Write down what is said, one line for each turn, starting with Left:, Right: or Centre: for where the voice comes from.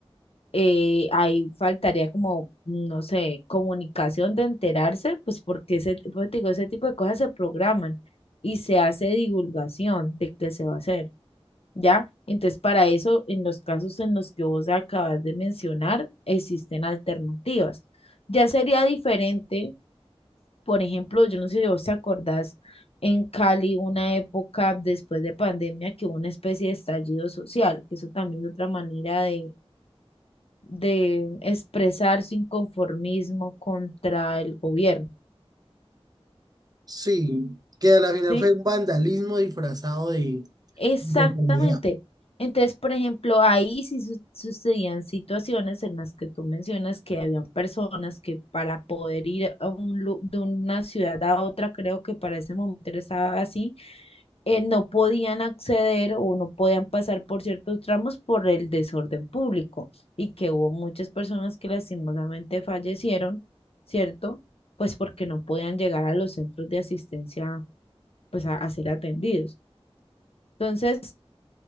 Left: eh, ahí faltaría como, no sé, comunicación de enterarse, pues porque ese, pues te digo, ese tipo de cosas se programan y se hace divulgación de qué se va a hacer, ¿ya? Entonces, para eso, en los casos en los que vos acabas de mencionar, existen alternativas. Ya sería diferente por ejemplo, yo no sé si vos te acordás en Cali una época después de pandemia que hubo una especie de estallido social, que eso también es otra manera de, de expresar su inconformismo contra el gobierno,
Right: Sí, que a la final
Left: ¿sí?
Right: fue un vandalismo disfrazado de
Left: Exactamente.
Right: inconformidad.
Left: Entonces, por ejemplo, ahí sí su- sucedían situaciones en las que tú mencionas que habían personas que para poder ir a un, lu- de una ciudad a otra, creo que para ese momento estaba así eh, no podían acceder o no podían pasar por ciertos tramos por el desorden público y que hubo muchas personas que lastimosamente fallecieron, ¿cierto? Pues porque no podían llegar a los centros de asistencia, pues a, a ser atendidos. Entonces,